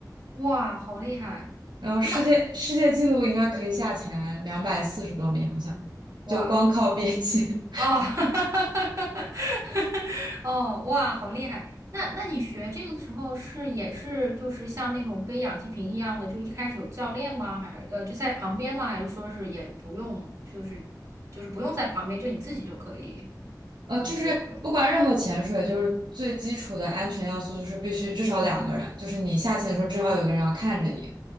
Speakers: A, on the right; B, on the right.
A: 哇，好厉害！
B: 然后世界世界纪录应该可以下潜两百四十多米，
A: 那
B: 好像就光靠憋气。
A: 哇。哦，<laughs> 哦，哇，好厉害！那那你学这个的时候是也是就是像那种背氧气瓶一样的，就一开始有教练吗？还呃就在旁边吗？还是说是也不用，就是就是不用在旁边，就你自己就可以？
B: 呃，
A: 就是这个。
B: 就是不管任何潜水，就是最基础的安全要素，就是必须至少两个人，就是你下潜的时候至少有个人要看着你，